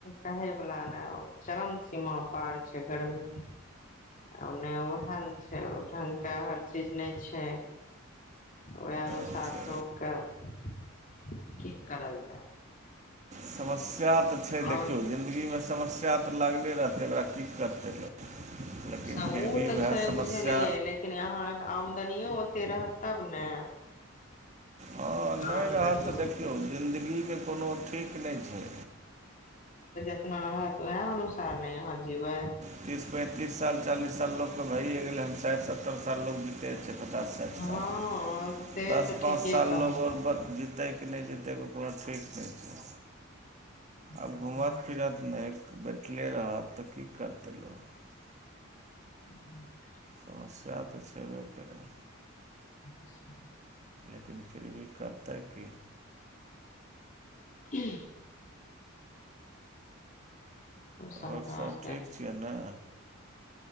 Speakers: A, on the left; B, on the right.
A: कहे वला ने चरम सीमा पार छै गरमीने ओएह छैढ लोकके हर चीज नहि छै ओहि अनुसार
B: अच्छा
A: लोककेँ की करल जाय
B: समस्या तऽ छै देखियौ
A: आओर
B: जिन्दगीमे सम्या तऽ लागले रहतै ओकरा की करतै लेकिन
A: ओ
B: फिर भी
A: तऽ
B: उएह
A: छै
B: समस्या
A: बुझलियै लेकिन यहाँ आम दनियो ओते रह तब ने
B: हँ नहि
A: आमदनी
B: रहत तऽ देखियौ जिन्दगीके कोनो ठीक नहि छै
A: तना ह त वएह अनुसार नहि हाँ जी व
B: तीस पैंतीस साल चालीस सालोग के भयए ए गेलै हन साठि सत्तर साल ल ज छै पचास साठि
A: हँ
B: साल
A: से
B: दश
A: तऽ ठीके
B: पाँच साल
A: कह
B: लोग आओर जीतै कि नहि जीतैनो ठीक छै छै
A: ठीके
B: आब
A: कहलियै
B: घूमत
A: ई
B: फिरत नहि बैठले रहत तऽ की करतै लोक
A: धन्यवाद
B: समस्या तऽ छेबे करै
A: अ सम
B: लेकिन फिर भी करतै की
A: <inaudible> सरकार
B: आओर सब ठीक छियै ने